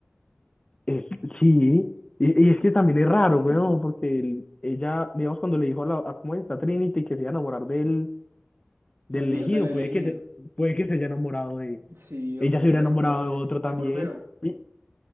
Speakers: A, on the left; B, on the right.
A: Es, sí, y, y es que también es raro,
B: <clears throat>
A: weón, porque el- ella, digamos, cuando le dijo a, la, a cómo está Trinity que se iba a enamorar del, del
B: De niño,
A: elegido,
B: del elegido.
A: puede que se, puede que se haya enamorado de,
B: Sí,
A: ella
B: o que
A: se
B: se
A: hubiera
B: haya
A: enamorado
B: enamorado de,
A: de otro
B: de
A: también.
B: Morfeo.
A: y-